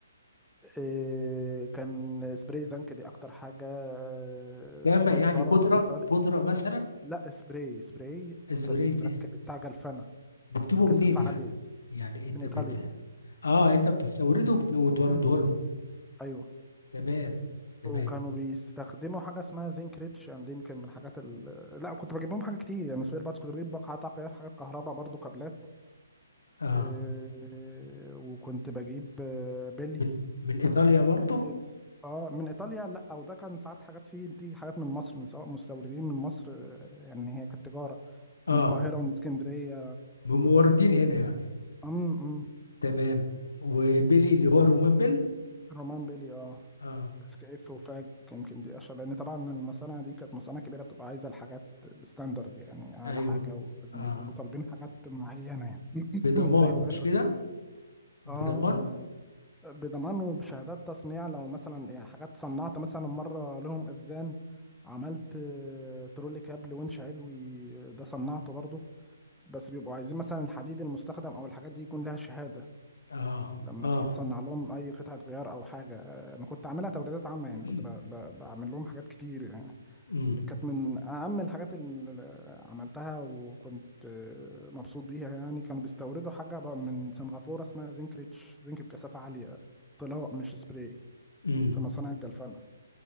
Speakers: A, in the centre; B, on the left.
A: آه، كان سبراي زنك دي أكتر حاجة آه،
B: فاهمة
A: صنفرة
B: يعني بودرة
A: إيطالي
B: بودرة مثلا
A: لا سبراي سبراي
B: الزبرية
A: بس زنك
B: دي
A: بتاع جلفانة
B: بتجيبه منين
A: كثافة
B: يعني
A: عالية
B: يعني انت
A: من إيطاليا
B: بت اه انت بتستورده وبت- وتورده
A: م- م.
B: لهم
A: أيوه
B: تمام تمام
A: وكانوا بيستخدموا حاجه اسمها زنك ريتش اند يمكن من الحاجات ال... لا كنت بجيب لهم حاجه كتير يعني سبير باتس كنت بجيب بقعات تغيير حاجات كهرباء برضو كابلات
B: اه
A: إيه، وكنت بجيب آه، بيلي
B: من من ايطاليا برضو
A: ايرينجز اه من ايطاليا لا وده كان ساعات حاجات فيه بتيجي حاجات من مصر من سواء مستوردين من مصر آه، يعني هي كانت تجاره
B: اه
A: من القاهره ومن اسكندريه
B: من موردين هنا يعني
A: امم
B: تمام وبيلي اللي هو رومان بيل
A: رومان بيلي اه
B: اه
A: سكيف وفاج يمكن دي اشهر لان طبعا المصانع دي كانت مصانع كبيره بتبقى عايزه الحاجات بستاندرد يعني اعلى
B: ايوه
A: حاجه ولازم
B: اه
A: يبقوا طالبين حاجات معينه يعني <clears throat>
B: بضمان
A: <laughs> مش زي الورش
B: مش كده
A: والحاجات دي
B: بضمان
A: اه بضمان وبشهادات تصنيع لو مثلا يعني حاجات صنعت مثلا مره لهم افزان عملت آه، ترولي كابل winch علوي آه، ده صنعته برضه بس بيبقوا عايزين مثلا الحديد المستخدم او الحاجات دي يكون لها شهاده
B: اه
A: لما
B: اه
A: تيجي تصنع لهم اي قطعه غيار او حاجه آه، انا كنت عاملها توريدات عامه يعني
B: <clears throat>
A: كنت ب- ب- بعمل لهم حاجات كتير يعني
B: امم
A: كانت من اهم الحاجات اللي عملتها وكنت آه، مبسوط بيها يعني كانوا بيستوردوا حاجه بقى من سنغافوره اسمها زنك ريتش زنك بكثافه عاليه طلاء مش سبراي
B: امم
A: في مصانع الجلفنه